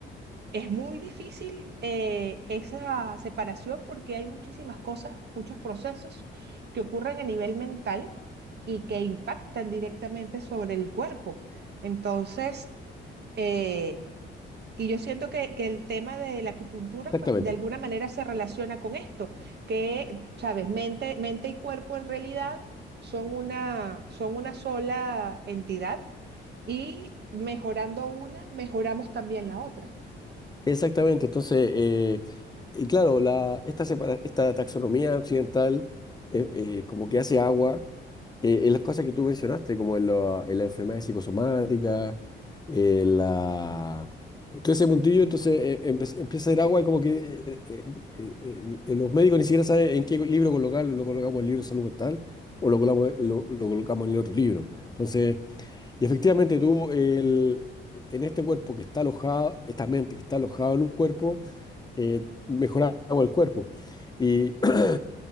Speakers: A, on the right (about 55°); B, on the left (about 20°).
A: es muy difícil eh, esa separación porque hay muchísimas cosas, muchos procesos que ocurren a nivel mental y que impactan directamente sobre el cuerpo. Entonces, eh, y yo siento que, que el tema de la acupuntura,
B: exactamente.
A: pues de alguna manera se relaciona con esto, que, sabes, mente, mente y cuerpo en realidad son una, son una sola entidad y mejorando una, mejoramos también la otra.
B: Exactamente, entonces, eh, y claro, la, esta, separa- esta taxonomía occidental eh, eh, como que hace agua eh, en las cosas que tú mencionaste, como en, la en las enfermedades psicosomáticas, en la... Todo ese puntillo, entonces eh, empe- empieza a hacer agua y como que eh, eh, eh, eh, eh, los médicos ni siquiera saben en qué libro colocarlo, lo colocamos en el libro de salud mental o lo colocamos, lo, lo colocamos en el otro libro. Entonces... Y efectivamente tú, el, en este cuerpo que está alojado, esta mente que está alojada en un cuerpo, eh, mejoraba el cuerpo. Y <clears throat>